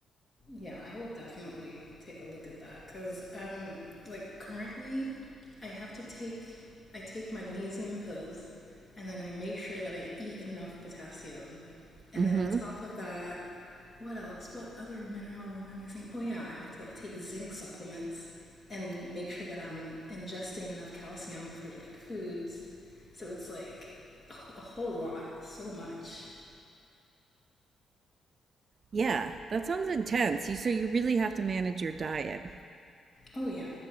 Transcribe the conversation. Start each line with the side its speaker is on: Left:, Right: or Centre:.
Left: Yeah, I will definitely take a look at that because I'm like currently, I have to take I take magnesium pills, and then I make sure that I eat enough potassium, and
Right: Mm-hmm.
Left: then on top of that, what else? What other mineral am I missing? Oh yeah, I have to like take zinc supplements and make sure that I'm ingesting enough calcium through like foods. So it's like a a whole lot, so much.
Right: Yeah, that sounds intense. You so you really have to manage your diet.
Left: Oh yeah.